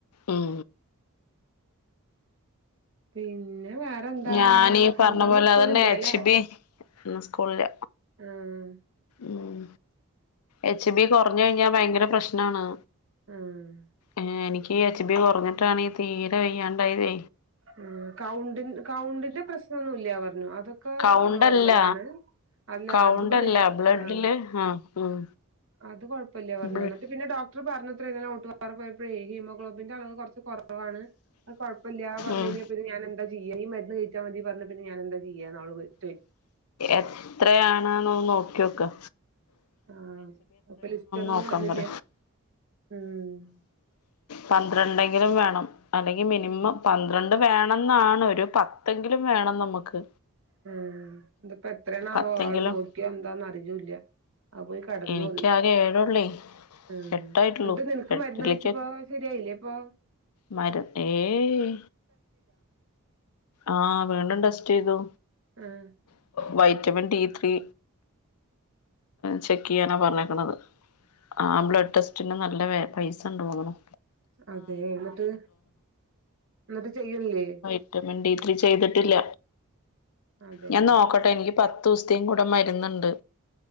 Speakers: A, on the left; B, on the right.
A: ഉം
B: പിന്നെ വേറെന്താ
A: ഞാനീ പറഞ്ഞ
B: എന്താന്ന്
A: പോലെ
B: സ്കൂളില്ലല്ലേ?
A: അതന്നെ എച്ച് ബി ഇന്ന് സ്കൂളില്ല
B: ആഹ്
A: ഉം എച്ച് ബി കോർഞ് കഴിഞ്ഞാ ഭയങ്കര പ്രശ്നാണ്.
B: ഏഹ്
A: ഏഹ് എനിക്ക് ഈ എച്ച് ബി കോർഞ്ഞിട്ടാണ് തീരെ വെയ്യാണ്ടായത്
B: ഉം കൗണ്ട് കൗണ്ടിന്റെ പ്രശ്നൊന്നുല്ല്യ പർഞ്ഞു അതൊക്കെ
A: കൗണ്ടല്ല
B: നോർമലാണ്. അല്ല
A: കൗണ്ടല്ല
B: അത് പറയാ
A: ബ്ലഡില്
B: ആഹ്
A: ആഹ് ഉം
B: അത് കൊഴപ്പല്ല പർഞ്ഞു
A: ഉം
B: ഇന്നട്ട് പിന്നെ ഡോക്ടർ പറഞ്ഞത്രേ <unintelligible> പോയപ്പയെ ഹീമോഗ്ലോബിന്റെ അളവ് കോർച്ച് കോറവാണ് അത് കോഴപ്പല്ല പർഞ്
A: ഉം
B: കഴിഞ്ഞാ പിന്നെ ഞാൻ എന്താ ചെയ്യാ ഈ മര്ന്ന് കഴി ച്ചാമതി പർഞ്ഞ പിന്നെ ഞാനെന്താ ചെയ്യാ അവള് ചോയ്
A: എത്രയാണ്ന്ന് നോക്കിയോക്ക
B: ആഹ് അപ്പൊ ലിസ്റ്റ് ഒന്നും
A: നോക്കാൻ
B: കോട്ന്നില്ല
A: പറ
B: ഉം
A: പന്ത്രണ്ടെങ്കിലും വേണം അല്ലെങ്കി മിനിമം പന്ത്രണ്ട് അത് വേണംന്നാണ് ഒരു പത്തെങ്കിലും വേണം നമ്മക്ക്
B: ഉം ഇതിപ്പ എത്രണോവോ
A: പത്തെങ്കിലും
B: അവള് നോക്കിയോ എന്താന്നർജുല്ല അഹ് പോയി കട്ന്നു
A: എനിക്കാകെ
B: അത്
A: ഏഴൊള്ളേ
B: ആഹ്
A: എട്ടായിട്ടുള്ളൂ
B: അൻക്ക്‌ നിൻക്ക്
A: എട്ടിലേക്ക്
B: മര്ന്ന് കഴിച്ചപ്പോ ശെരിയായില്ലേ പ്പൊ
A: മര ഹേയ് ആഹ് വീണ്ടും ടെസ്റ്റ് ചെയ്തു.
B: ആഹ്
A: വൈറ്റമിൻ ഡി ത്രീ ചെക്ക് ഹേ ചെയ്യാനാ പറഞ്ഞേക്കണത്. ആഹ് ബ്ലഡ് ടെസ്റ്റിന് നല്ല വേ പൈസണ്ട് തോന്നുണു.
B: അതെ ന്ന്ട്ട് ന്ന്ട്ട് ചെയ്യ്ണില്ലേ?
A: റ്റമിൻ ഡി ത്രി ചെയ്ത്ട്ടില്ല
B: അതെ
A: ഞാൻ നോക്കട്ടെ എനിക്ക് പത്തൂസ്ത്തേം കൂടെ മര്ന്ന്ണ്ട്